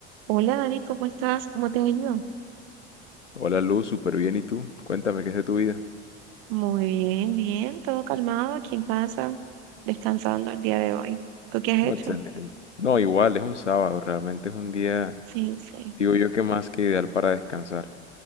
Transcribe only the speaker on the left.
Hola Luz, súper bien. ¿Y tú? Cuéntame, ¿qué es de tu vida?
No,
Excelente. No, igual, es un sábado, realmente es un día,
digo yo que más que ideal para descansar.